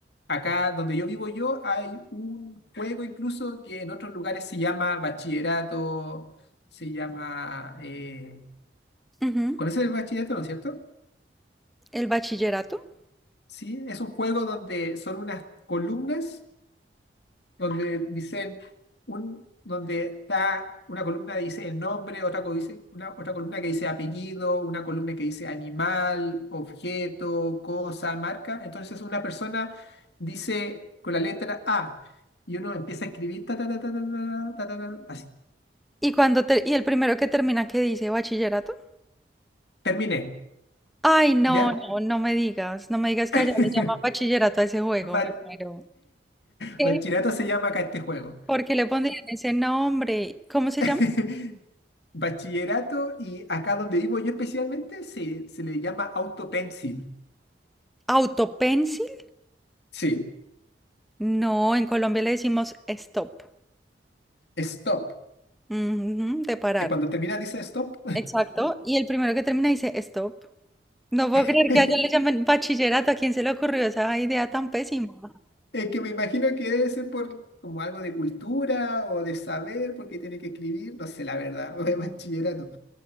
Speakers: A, on the left; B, in the centre.
A: Acá donde yo vivo yo hay un juego incluso que en otros lugares se llama bachillerato, se llama... Eh,
B: ujú.
A: ¿conoces el bachillerato, no es cierto?
B: ¿El bachillerato?
A: Sí, es un juego donde son unas columnas donde dicen un, donde está una columna que dice el nombre, otra, co- dice, una, otra columna que dice apellido, una columna que dice animal, objeto, cosa, marca. Entonces una persona dice con la letra A y uno empieza a escribir ta, ta, ta, ta, ta, ta, ta, ta, ta, así.
B: ¿Y cuando te- y el primero que termina que dice bachillerato?
A: Terminé,
B: Ay, no,
A: ¿ya?
B: no, no me digas, no me digas que allá
A: <laughs>
B: le llaman bachillerato a ese juego,
A: Ba-
B: me muero. ¿Qué?
A: Bachillerato se llama acá este juego.
B: ¿Por qué le pondrían ese nombre? ¿Cómo se
A: <laughs>
B: llama?
A: Bachillerato y acá donde vivo yo especialmente se, se le llama autopencil.
B: ¿Autopencil?
A: Sí,
B: No, en Colombia le decimos stop.
A: stop.
B: Ujú, de parar.
A: eh, Cuando termina dice stop.
B: Exacto. Y el primero que termina dice stop. No puedo creer
A: <laughs>
B: que allá le llamen bachillerato. ¿A quién se le ocurrió esa idea tan pésima?
A: Es que me imagino que debe ser por como algo de cultura o de saber, porque tiene que escribir, no sé la verdad, <laughs> de bachillerato.